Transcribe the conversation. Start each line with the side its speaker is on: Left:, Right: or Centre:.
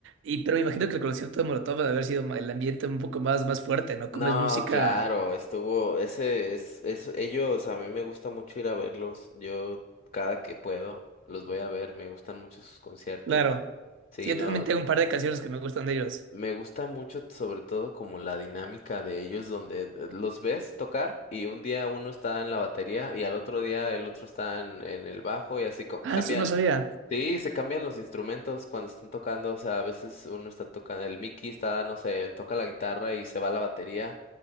Right: Y pero me imagino que el concierto de Molotov debe haber sido ma- el ambiente un poco más, más fuerte, ¿no? Como
Left: No,
Right: es música.
Left: claro, estuvo, ese es, es, ellos, a mí me gusta mucho ir a verlos, yo cada que puedo los voy a ver, me gustan mucho sus conciertos,
Right: Claro.
Left: sí,
Right: Sí, yo
Left: no,
Right: también tengo un par de canciones que me gustan de ellos.
Left: me gusta mucho sobre todo como la dinámica de ellos donde eh, los ves tocar y un día uno está en la batería y al otro día el otro está en, en el bajo y así como
Right: Ah,
Left: cambia,
Right: eso no sabía.
Left: Sí, se cambian los instrumentos cuando están tocando, o sea, a veces uno está tocando, el Mickey está, no sé, toca la guitarra y se va la batería,